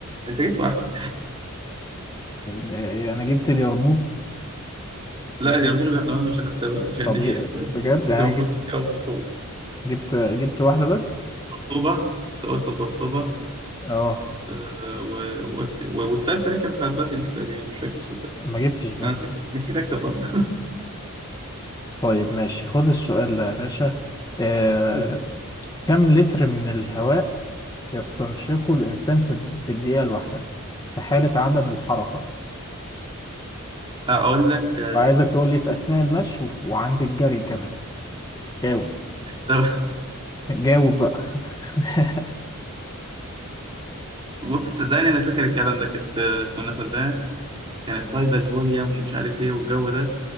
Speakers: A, on the right; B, on the left.
A: انت جبت واحدة
B: يعني أنا جبت اليرموك
A: <laughs> لا
B: وجبت
A: يا المغرب احنا قلنا مش هنحسبها عشان
B: طب
A: دي
B: ج- بجد
A: <laughs>
B: يعني
A: انت المفروض
B: أنا جبت
A: تجاوب على طول
B: جبت جبت واحدة بس
A: قرطبة انت قلت قرطبة
B: أه
A: آه، و- وقلت و- والتالتة اللي كانت بتاعت بافن دي تقريبا مش فاكر صدق
B: ما جبتش بس
A: انا نسيت نسيت اكتب برضه
B: طيب ماشي خد السؤال ده يا باشا آه...
A: <laughs>
B: كم لتر من الهواء يستنشقه الإنسان في في الدقيقة الواحدة في حالة عدم الحركة
A: اقول لك آه،
B: وعايزك تقول لي في أثناء المشي وف- وعند الجري كمان جاوب
A: طب
B: جاوب بقى <laughs>
A: بص صدقني انا فاكر الكلام ده كنت آه، كنا خدناه كانت طايدة الفوليوم ومش عارف ايه والجو ده